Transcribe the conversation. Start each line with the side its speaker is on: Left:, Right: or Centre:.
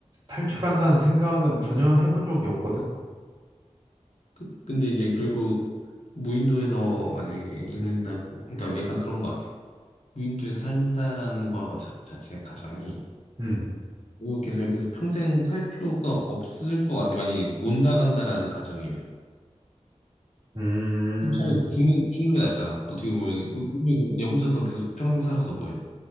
Right: 탈출한다는
Left: 응.
Right: 생각은 전혀 해본 적이 없거든.
Left: 그, 근데 이제 결국 무인도에서 만약에 있는다고, 그러니까 약간 그런 것 같아. 무인도에서 산다라는 거 자, 자체의 가정이
Right: 음,
Left: 이거 계속 여기서 평생 살 필요가 없을 것 같아. 만약에 못 나간다라는 가정이면.
Right: 음,
Left: 그럼 차라리 죽는, 죽는 게 낫잖아. 어떻게 보면, 그, 물리 그냥 혼자서 계속 평생 살아서 뭐해.